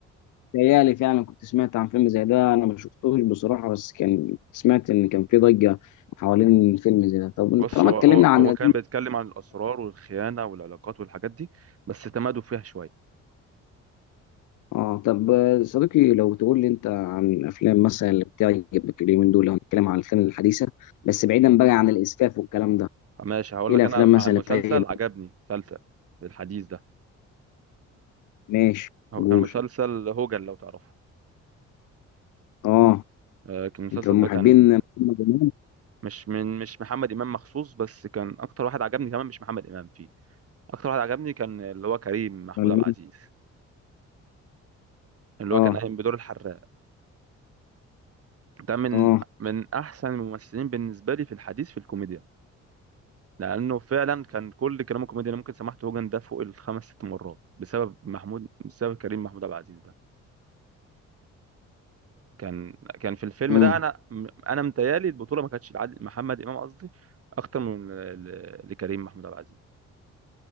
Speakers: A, on the left; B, on the right.
A: تهيألي فعلا كنت سمعت عن فيلم زي ده انا ما شفتوش بصراحه بس كان سمعت ان كان في ضجه حوالين فيلم زي ده طب
B: بص
A: طالما
B: هو
A: اتكلمنا
B: هو
A: عن
B: هو كان بيتكلم عن الاسرار والخيانه والعلاقات والحاجات دي بس تمادوا فيها شويه
A: اه طب آه، صديقي لو تقول لي انت عن افلام مثلا اللي بتعجبك اليومين دول لو هنتكلم عن الافلام الحديثه بس بعيدا بقى عن الاسفاف والكلام ده
B: ماشي هقول
A: ايه
B: لك
A: الافلام
B: انا
A: مثلا
B: عن
A: اللي
B: مسلسل
A: بتعجبك
B: عجبني مسلسل في الحديث ده
A: ماشي
B: هو
A: قول
B: كان مسلسل هوجن لو تعرفه
A: اه
B: آه، كان المسلسل
A: انت من
B: ده
A: محبين
B: كان
A: محمد امام
B: مش من مش محمد امام مخصوص بس كان اكتر واحد عجبني كمان مش محمد امام فيه اكتر واحد عجبني كان اللي هو كريم محمود
A: ولا
B: عبد
A: مين؟
B: العزيز اللي
A: اه
B: هو كان قايم بدور الحراق ده من
A: اه
B: من احسن الممثلين بالنسبه لي في الحديث في الكوميديا لانه فعلا كان كل كلامه كوميدي انا ممكن سمعت هوجن ده فوق الخمس ست مرات بسبب محمود بسبب كريم محمود عبد العزيز ده كان كان في الفيلم
A: امم
B: ده انا انا متهيألي البطوله ما كانتش لعادل محمد امام قصدي اكتر من ل- لكريم محمود عبد العزيز